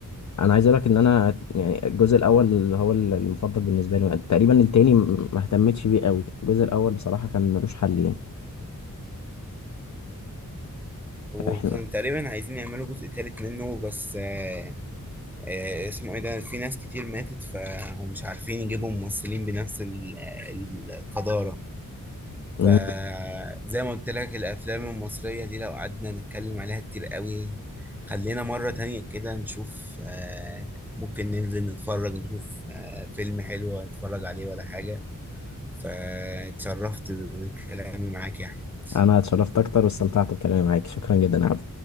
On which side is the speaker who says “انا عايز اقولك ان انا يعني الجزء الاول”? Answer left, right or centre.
Left